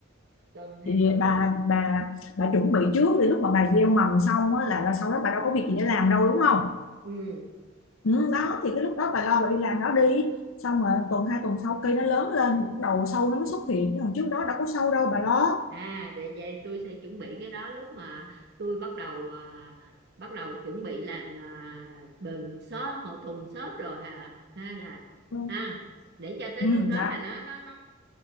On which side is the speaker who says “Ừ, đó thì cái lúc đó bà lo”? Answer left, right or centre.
Left